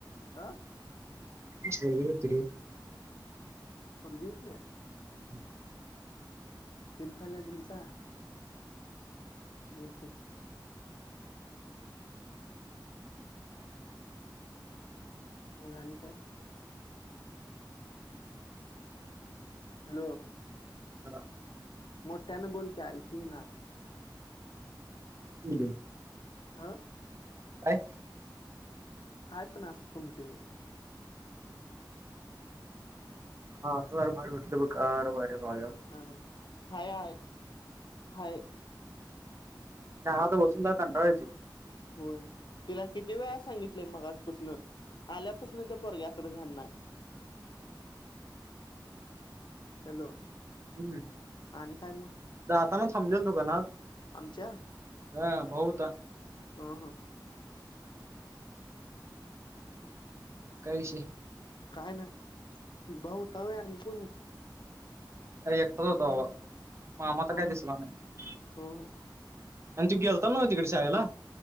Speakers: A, on the left; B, on the right.
A: आ
B: स प्ररी
A: पुग होती आहे
B: हम्
A: तिन खाला तुमचा हो मघाणी काय हॅलो
B: ह
A: मोठ्याने बोलकी ऐकू ना
B: ह
A: हा
B: काय?
A: काय पण अस कंटिन्यू?
B: हा वाट <inaudible>
A: ह हायय हाय
B: त्याना तर बसून कंटाळा येतो.
A: होय तिला किती वेळा सांगितलंय मग आजपासून आल्यापासून त्या पोरग्या कडे ध्यान नाय. हॅलो
B: हम्म
A: आणि काय मग
B: जाताना समजेल दुकानात
A: आमच्या
B: हा भाऊ होता
A: हा हा
B: काय विषय
A: काय नाही भाऊ होता आणि कोण होतं.
B: एकटाच होतो अ मग आम्हा तर
A: हो
B: काय दिसला नाही.
A: हो
B: आणि त गेलतात ना तिकडे शाळेला